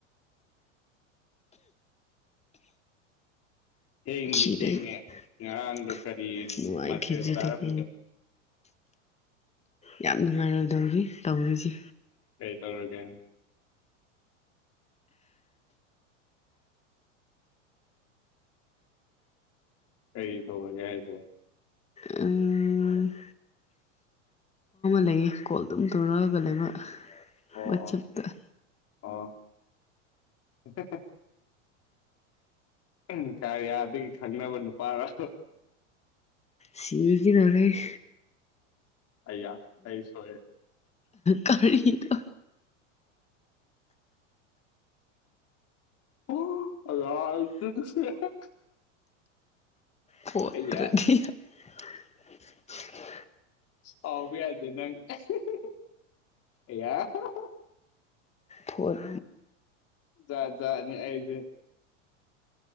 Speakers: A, on the left; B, on the left.
A: ꯊꯦꯡꯗꯤ
B: <inaudible> ꯈꯤꯔꯦ
A: ꯊꯦꯡꯉꯦ
B: ꯑꯩ
A: ꯉꯔꯥꯡꯗꯣ ꯀꯔꯤ
B: ꯅꯨꯡꯉꯥꯏ
A: ꯃꯊꯦꯜ
B: ꯈꯤꯗꯔꯦꯗꯀꯣ
A: ꯆꯥꯔꯝꯒꯦ
B: ꯌꯥꯝ ꯅꯨꯡꯉꯥꯏꯔꯗꯧꯔꯤ ꯇꯧꯔꯤꯁꯦ
A: ꯀꯩ ꯇꯧꯔꯒꯦ ꯀꯩ ꯇꯧꯔꯒꯦ ꯍꯥꯏꯁꯦ
B: ꯎꯝ ꯂꯩꯌꯦ ꯀꯣꯜ ꯑꯗꯨꯝ ꯇꯧꯔꯛꯑꯒ ꯂꯩꯕ
A: ꯑꯣ
B: ꯋꯥꯆꯞꯇ
A: ꯑꯣ ꯑꯣ <unintelligible> ꯎꯝ ꯀꯥꯔꯌꯥꯗꯒꯤ ꯈꯪꯅꯕ ꯅꯨꯄꯥꯔ
B: ꯁꯤꯕꯤꯒꯗꯧꯔꯦ
A: ꯑꯩꯌꯥ ꯑꯩ ꯁꯣꯏꯔꯦ
B: ꯀꯔꯤꯅꯣ
A: <unintelligible>
B: ꯐꯣꯠꯇ꯭ꯔꯗꯤ
A: ꯑꯩꯒꯤꯌꯥ
B: <inaudible>
A: ꯁꯥꯎꯕ ꯌꯥꯗꯦ ꯅꯪ ꯑꯍꯍꯍ ꯑꯦꯌꯥ ꯍꯍꯍ
B: ꯐꯣꯠ
A: ꯌꯥ ꯆꯅꯤ ꯑꯩꯖꯦ